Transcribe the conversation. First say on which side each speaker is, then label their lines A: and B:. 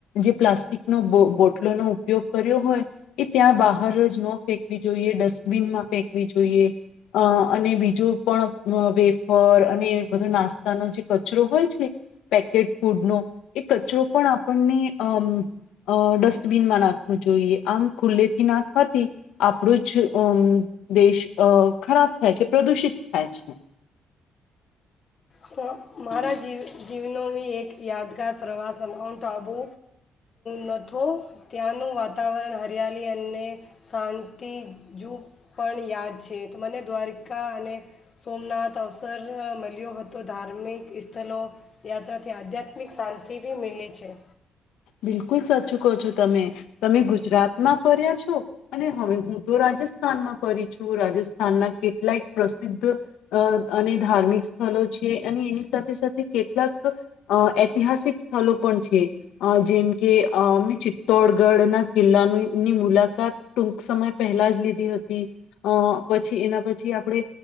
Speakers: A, on the left (about 85°); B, on the left (about 45°).
A: જે પ્લાસ્ટિક નો બો બોટલો નો ઉપયોગ કર્યો હોય એ ત્યાં બહાર જ ન ફેંકવી જોઈએ, ડસ્ટબિનમાં ફેંકવી જોઈએ. અહ અને બીજો પણ અહ વેફર અને એ બધો નાસ્તાનો જે કચરો હોય છે, પેકેટ ફૂડનો, એ કચરો પણ આપણને અમ્મ અહ ડસ્ટબીનમાં નાખવું જોઈએ. આમ ખુલ્લેથી નાખવાથી આપણું જ અમ્મ દેશ અહ ખરાબ થાય છે, પ્રદુષિત થાય છે.
B: હ, મારા જીવ જીવનો વી એક યાદગાર પ્રવાસ માઉન્ટ આબુ નથો, ત્યાંનું વાતાવરણ હરિયાલી અને શાંતિ જૂ પણ યાદ છે. તો મને દ્વારકા અને સોમનાથ અવસર મળ્યો હત તો ધાર્મિક સ્થલો યાત્રાથી આધ્યાત્મિક શાંતિ ભી મિલે છે.
A: બિલકુલ સાચું કહો છો તમે. તમે ગુજરાતમાં ફર્યા છો અને હવે હું તો રાજસ્થાનમાં ફરી છું. રાજસ્થાનના કેટલાયક પ્રસિદ્ધ અહ અને ધાર્મિક સ્થલો છે, અને એની સાથે-સાથે કેટલાક અહ ઐતિહાસિક સ્થલો પણ છે. અહ જેમ કે અહ અમેં ચિત્તોડગઢ ના કિલ્લાનું ની મુલાકાત ટૂંક સમય પહેલા જ લીધી હતી, અહ પછી એના પછી આપણે